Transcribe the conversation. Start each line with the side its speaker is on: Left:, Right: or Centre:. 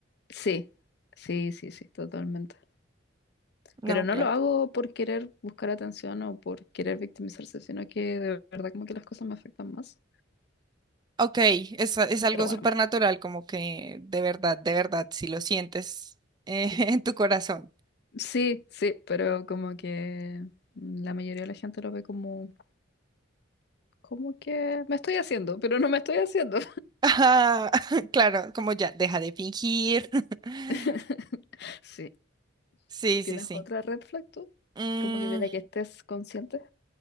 Left: Sí, sí, sí, sí, totalmente.
Right: No,
Left: Pero no
Right: claro.
Left: lo hago por querer buscar atención o por querer victimizarse, sino que de verdad como que las cosas me afectan más.
Right: Ok, es, es algo
Left: Pero bueno,
Right: súper natural, como que de verdad, de verdad, si lo sientes eh, <laughs> en tu corazón.
Left: sí, sí, pero como que la mayoría de la gente lo ve como, como que me estoy haciendo, pero no me estoy haciendo.
Right: Ah, <laughs> claro, como ya, deja de fingir. <laughs>
Left: <laughs> Sí.
Right: Sí,
Left: ¿Tienes
Right: sí, sí.
Left: otra red flag tú?
Right: Mm,
Left: Como que de la que estés consciente.